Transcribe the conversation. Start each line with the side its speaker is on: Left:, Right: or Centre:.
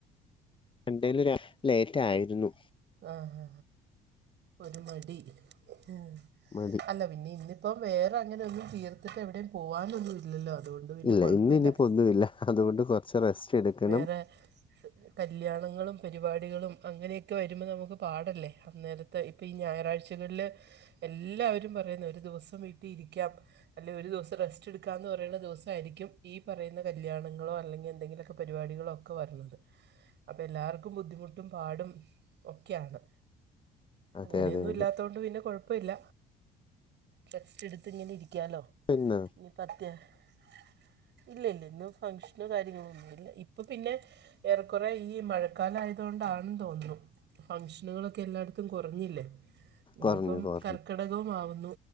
Left: എന്തേലും ലേറ്റ് ആയിരുന്നു
Right: ആഹ ഒരു മടി ഉ
Left: മതി
Right: അല്ല പിന്നെ ഇന്നിപ്പം വേറെ അങ്ങന ഒന്നും തീർത്തിട്ട് എവിടെയും പോവാന്‍ ഒന്നും ഇല്ലല്ലോ അതുകൊണ്ട് പിന്നെ
Left: ഇല്ല
Right: കുഴപ്പമില്ല
Left: ഇന്ന് ഇനിയിപ്പോന്നുമില്ല അതുകൊണ്ട് കുറച്ച് റസ്റ്റ് എടുക്കണം
Right: വേറെ കല്യാണങ്ങളും പരിപാടികളും അങ്ങനെയൊക്കെ വരുമ്പോൾ നമുക്ക് പാടല്ലേ അന്നേരത്തെ ഇപ്പം ഈ ഞായറാഴ്ചകളിൽ എല്ലാവരും പറയുന്ന ഒരു ദിവസം വീട്ടിൽ ഇരിക്കാം അല്ലേ ഒരു ദിവസം റെസ്റ്റ് എടുക്കാ എന്ന് പറയണ ദിവസമായിരിക്കും ഈ പറയുന്ന കല്യാണങ്ങളോ അല്ലെങ്കിൽ എന്തെങ്കിലുമൊക്കെ പരിപാടികളോ ഒക്കെ വരുന്നത് അപ്പോ എല്ലാര്‍ക്കും ബുദ്ധിമുട്ടും പാടും ഒക്കെ ആണ്
Left: അതെ
Right: അങ്ങനെയൊന്നും
Left: അതെ അതെ
Right: ഇല്ലാത്തൊണ്ട് പിന്നെ കുഴപ്പമില്ല ടെസ്റ്റ് എടുത്ത് ഇങ്ങനെ ഇരിക്കാലോ
Left: പിന്നെ
Right: <unintelligible> ഇല്ല ഇല്ല ഇന്ന് ഫങ്ഷനോ കാര്യങ്ങളൊന്നും ഇല്ല ഇപ്പോൾ പിന്നെ ഏറെക്കുറെ ഈ മഴ ക്കാല ആയതു കൊണ്ടാണെന്ന് തോന്നുന്നു ഫങ്ഷനുകളൊക്കെ എല്ലായിടത്തും കുറഞ്ഞില്ലേ ഇനിയിപ്പോ
Left: കുറഞ്ഞു കുറഞ്ഞു
Right: കർക്കിടകവും ആവുന്നു